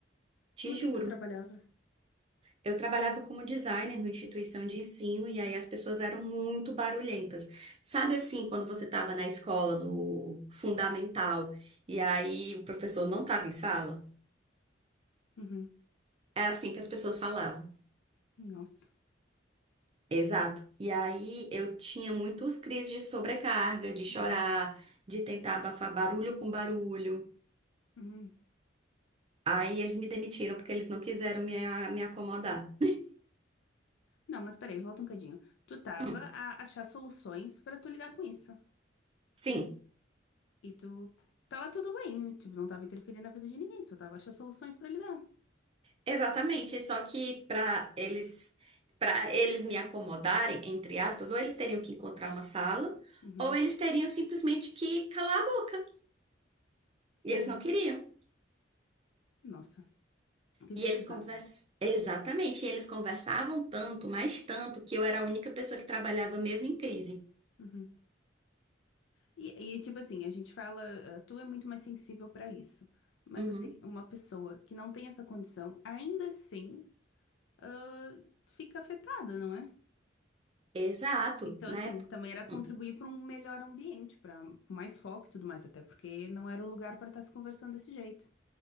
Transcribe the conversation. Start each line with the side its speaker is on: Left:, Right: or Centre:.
Right: Te
Left: no
Right: juro.
Left: que que tu trabalhava?
Right: Eu trabalhava como designer numa instituição de ensino e aí as pessoas eram muito barulhentas. Sabe assim, quando você estava na escola, no fundamental, e aí o professor não estava em sala?
Left: Uhum.
Right: Era assim que as pessoas falavam.
Left: Nossa.
Right: Exato. E aí eu tinha muitos crises de sobrecarga, de chorar,
Left: Uhum,
Right: de tentar abafar barulho com barulho.
Left: uhum.
Right: Aí eles me demitiram porque eles não quiseram me, a- me acomodar.
Left: Não, mas peraí, volta um cadinho. Tu tava
Right: Hum,
Left: a achar soluções pra tu lidar com isso.
Right: sim,
Left: E tu tava tudo bem, tipo, não tava interferindo na vida de ninguém, tu só tava a achar soluções pra lidar.
Right: exatamente. Só que para eles, para eles me acomodarem, entre aspas, ou eles teriam que encontrar uma sala,
Left: Uhum.
Right: ou eles teriam simplesmente que calar a boca. E eles
Left: Ah,
Right: não queriam.
Left: nossa, que desnecessário.
Right: E eles conversam. Exatamente, e eles conversavam tanto, mais tanto, que eu era a única pessoa que trabalhava mesmo em crise.
Left: Uhum. E, e, tipo assim, a gente fala, ah, tu é muito mais sensível pra isso. Mas
Right: Uhum.
Left: assim, uma pessoa que não tem essa condição, ainda assim, ah, fica afetada, não é?
Right: Exato,
Left: Então,
Right: na
Left: assim,
Right: época.
Left: também era contribuir
Right: Hum,
Left: para um melhor ambiente, para mais foco e tudo mais, até porque não era o lugar para estar se conversando desse jeito.